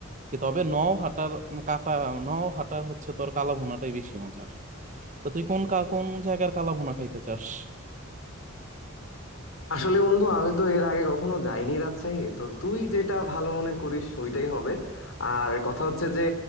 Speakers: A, on the right; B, on the left.
A: কি তবে নওহাটার উম কাটা নওহাটার হচ্ছে তোর কালা ভুনাটাই বেশি মজার তো তুই কোন কা- কোন জায়গার কালা ভুনা খাইতে চাস
B: আসলে বন্ধু আমি তো এর আগে কখনো যাইনি রাজশাহী তো তুই যেটা ভালো মনে করিস ওইটাই হবে আর কথা হচ্ছে যে